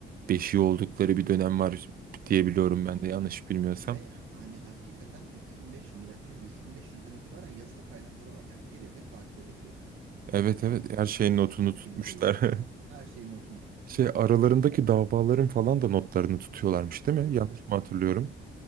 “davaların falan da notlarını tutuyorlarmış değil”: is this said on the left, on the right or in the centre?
Right